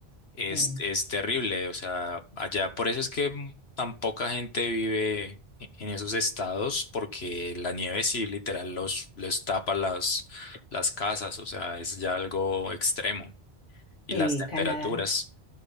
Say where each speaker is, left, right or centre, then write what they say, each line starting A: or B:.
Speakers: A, on the left; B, on the left.
A: Es,
B: Sí,
A: es terrible, o sea, allá por eso es que mm, tan poca gente vive e, en esos estados, porque la nieve sí literal los, les tapa las, las casas, o sea, es ya algo extremo. Y
B: sí,
A: las temperaturas.
B: Canadá.